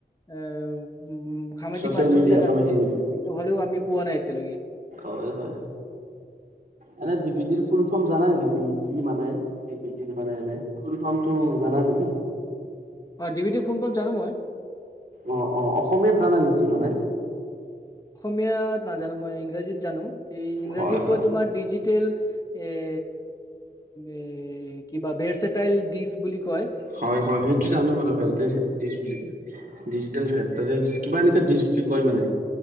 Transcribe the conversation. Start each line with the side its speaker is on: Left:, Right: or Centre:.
Left: এ উ। সামাজিক
Right: ছচিয়েল
Left: মাধ্যম
Right: মিডিয়া
Left: বিলাক
Right: সামাজিক
Left: আছে
Right: মিডিয়া
Left: কিন্তু হ'লেও আমি পোৱা নাই এতিয়ালৈকে।
Right: হয়- হয় এনে ডি ভি ডিৰ ফুল ফৰ্ম জানা নেকি তুমি কি মানে? ডি ভি ডিৰ মানে এনে ফুল ফ্ৰমটো জানা নেকি?
Left: অ ডি ভি ডিৰ ফুল ফ্ৰম জানো মই।
Right: অ' অ' অসমীয়াত জানা নেকি মানে?
Left: অসমীয়াত নাজানো মই ইংৰাজীত জানো এই ইংৰাজীতকৈ
Right: হয় হয়
Left: তোমাৰ। ডিজিটেল এ' এ কিবা ভেৰচেটাইল ডিচ বুলি কয়।
Right: হয় -হয় সেইটো জানো বাৰু ভেলটেজ ডিচ বুলি কয়। ডিজিটেল ভেৰচেটাইল কিবা এনেকুৱা ডিছ বুলি কয় মানে।